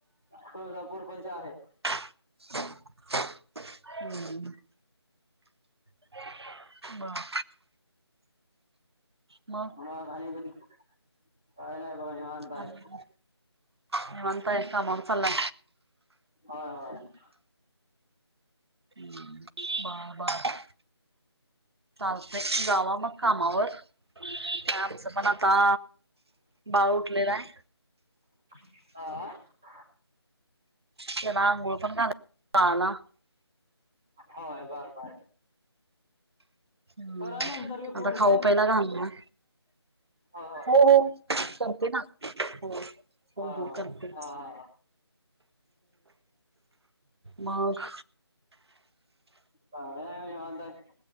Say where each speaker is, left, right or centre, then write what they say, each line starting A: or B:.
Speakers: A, in the centre; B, on the right.
A: तुळजापूर पछी आहे.
B: <inaudible> <inaudible> बा <inaudible> म.
A: मग काय नाही <unintelligible> काय नाही थोडा निवांत
B: मग
A: आहे.
B: निवांत आहे का? मग चला.
A: <unintelligible>
B: हम् पापा. <inaudible> चालतंय, जावा मग कामावर. नाही आमचं पण आता बाळ उठलेला आहे.
A: हा.
B: त्याला अघोळ पण घालायचं बाळाला.
A: होय बर बर.
B: हुं.
A: करा नंतर मी फोन
B: आता खाऊ
A: काय
B: प्यायला घालणार?
A: होय
B: हो हो. करते ना? हो हो
A: होय होय
B: हो
A: होय
B: करते.
A: हां हां
B: मंग?
A: काय नाही निवांत आहे.